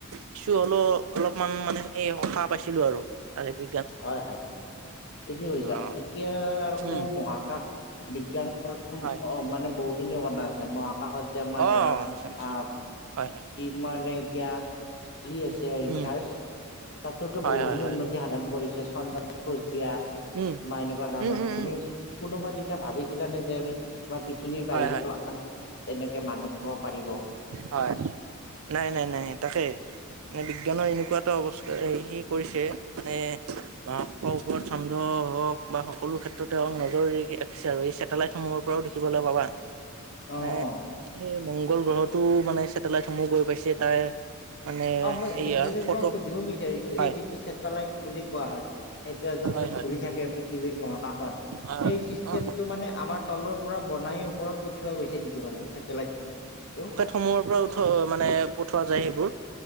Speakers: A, on the right (about 80°); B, on the left (about 55°).
A: কিছু হলো অলপমান মানে সেই সকাহ পাইছিলো আৰু তাৰেপে,
B: হয় হয় ঠিকে কৈছা।
A: অ
B: এতিয়া আকৌ
A: উম
B: মহাকাশ বিজ্ঞানৰ
A: হয়
B: মানে বহুখিনি কথা আছে মহাকাশ, কাষত যে আমাৰ
A: অ
B: ধৰা
A: নিশ্চয় নিশ্চয়
B: আ,
A: হয় হয়
B: যিমানে এতিয়া চলি আছে ৰিচাৰ্জ
A: উম
B: তাতোতো
A: হয়
B: বহুখিনি
A: হয় হয়
B: উন্নতি। সাধন কৰিছে চন্দ্ৰত খোজ দিয়া
A: উম
B: বা এনেকুৱা ধৰণৰ
A: উম উম উম
B: আমি, কোনোবা দিনা ভাবিছিলানে যে আমি আমাৰ পৃথিৱীৰ বাহিৰৰ,
A: হয় হয়
B: এনেকে মানুহ যাব পাৰিব।
A: হয় নাই নাই নাই তাকেই। মানে বিজ্ঞানৰ এনেকুৱা এটা অৱস্কাৰ হেৰি কৰিছে মানে, অ ওপৰত ছন্দ হওক বা সকলো ক্ষেত্ৰতে হওঁক নজৰ ৰাখিছে আৰু এই চেটেলাইটসমূহৰ, ওপৰত দেখিবলৈ পাবা। মানে
B: অ অ
A: সেই মংগল গ্ৰহটো মানে ছেটেলাইট সমূহ গৈ পাইছে তাৰে, মানে
B: অ মই
A: এইয়াৰ
B: এইখিনিতে
A: ফটো
B: তোমাক সুধিব বিচাৰিছো
A: হয়
B: এই যিটো ছেটেলাইট বুলি কোৱা হয়, এতিয়া যাতে
A: হয় হয়
B: ঘুৰি থাকে পৃথিৱীৰ মহাকাশত
A: অ
B: সেই চিষ্টেমটো
A: অ
B: মানে আমাৰ, তলৰ পৰা বনাই ওপৰত পঠিওৱা গৈছে নেকি বাৰু চছেটেলাইট টো।
A: সমূয়ৰ পৰা উঠোৱা মানে পঠোৱা যায় সেইবোৰ।